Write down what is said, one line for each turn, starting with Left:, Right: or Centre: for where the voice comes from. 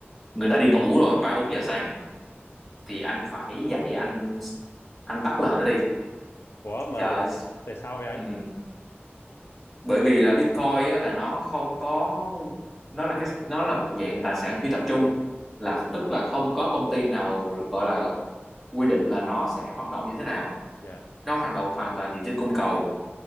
Centre: người ta đi ngủ rồi ba bốn giờ sáng thì anh phải dậy anh anh tắt lệnh nó đi
Left: ủa mà
Centre: trời ơi,
Left: tại sao vậy anh
Centre: ừ. bởi vì là Bitcoin á, là nó không có nó là cái nó là một dạng tài sản phi tập trung là
Left: ừ
Centre: tức là không có công ty nào gọi là quy định là nó sẽ hoạt động như thế nào
Left: dạ
Centre: nó hoạt động hoàn toàn dựa trên cung cầu